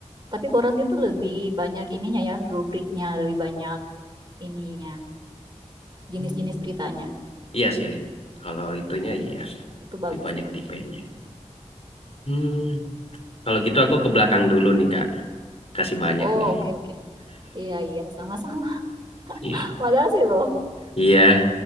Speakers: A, on the right (about 35°); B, on the left (about 55°).
A: Tapi koran itu lebih banyak ininya ya, rubriknya, lebih banyak ininya, jenis-jenis
B: Hmm.
A: beritanya.
B: Iya sih, kalau itunya iya,
A: Itu
B: lebih
A: bagusnya.
B: banyak tipenya. Hmm, kalau gitu aku ke belakang dulu nih Kak, kasih banyak
A: Oh,
B: nih.
A: oke, oke. Iya, iya, sama-sama.
B: <laughs>
A: <laughs> Makasih loh.
B: Iya,